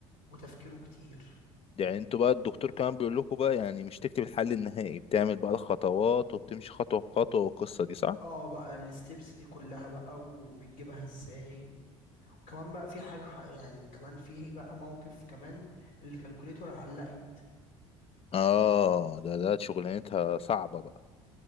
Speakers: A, on the left; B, on the left.
A: وتفكيره كتير
B: يعني انتوا بقى الدكتور كمان بيقول لكم بقى يعني مش تكتب الحل النهائي بتعمل بقى الخطوات وبتمشي خطوة بخطوة والقصة دي صح
A: اه بقى الستبس دي كلها بقى وبتجيبها ازاي وكمان بقى في حاجة ح- يعني كمان فيه بقى موقف كمان الكالكوليتور علقت
B: اه ده ده شغلانتها صعبة بقى